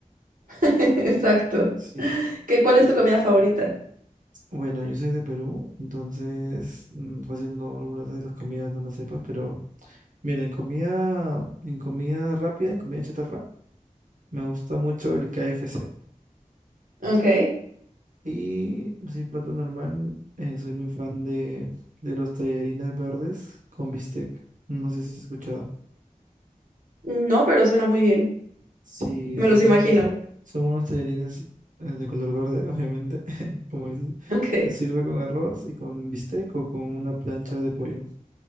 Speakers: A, on the right (about 80°); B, on the right (about 65°).
A: <laughs> Exacto.
B: Sí.
A: ¿Qué, cuál es tu comida favorita?
B: Bueno, yo soy de Perú, entonces mm, fácil no, algunas de las comidas no las sepas, pero mira, en comida, en comida rápida, en comida chatarra, me gusta mucho el KFC.
A: Ok.
B: Y sin plato normal, eh, soy muy fan de, de los tallarines verdes con bistec. No sé si has escuchado.
A: No, pero suena muy bien.
B: Sí,
A: Me
B: son
A: los imagino.
B: unos, ta- son unos tallarines eh, de color verde, obviamente, <laughs> como dices.
A: Ok.
B: Se sirve con arroz y con bistec o con una plancha de pollo.